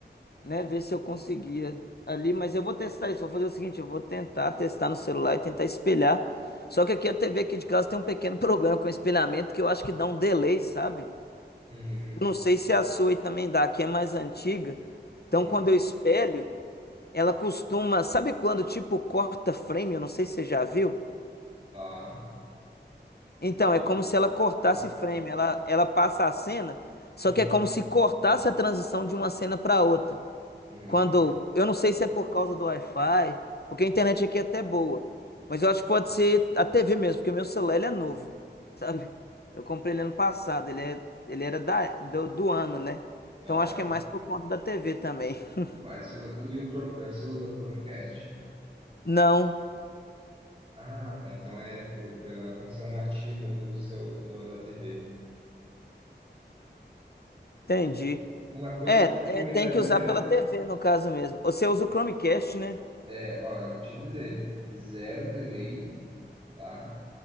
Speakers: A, on the left (about 60°); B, on the right (about 30°).
A: né? Ver se eu conseguia ali, mas eu vou testar isso. Vou fazer o seguinte, eu vou tentar testar no celular e tentar espelhar. Só que aqui a TV aqui de casa tem um pequeno <laughs> problema com o espelhamento que eu acho que dá um delay, sabe?
B: uhum,
A: Eu não sei se a sua aí também dá, que é mais antiga. Então
B: uhum,
A: quando eu espelho, ela costuma, sabe quando tipo corta frame? Eu não sei se você já viu.
B: tá. De
A: Então,
B: de
A: é como se ela cortasse
B: atrasar.
A: frame, ela, ela passa a cena, só
B: Uhum,
A: que é como se cortasse a transição de uma cena para outra.
B: uhum,
A: Quando, eu não sei se é por causa do Wi-Fi, porque a internet aqui é até boa, mas eu acho que pode ser a TV mesmo, porque o meu celular ele é novo, <laughs> sabe? Eu comprei ele ano passado, ele é, ele era da, do, do ano, né?
B: aham.
A: Então acho que é mais por conta da TV também. <laughs>
B: Mas o- e o Chrome, eh, você usa o Chromecast?
A: Não,
B: Ah, tá. Então é por- pela função nativa do seu do- da TV.
A: entendi.
B: Uma coisa
A: É,
B: que eu recomendaria
A: é, tem que usar pela TV no caso mesmo. Você usa o Chromecast, né?
B: é, olha, vou te dizer, zero delay, tá?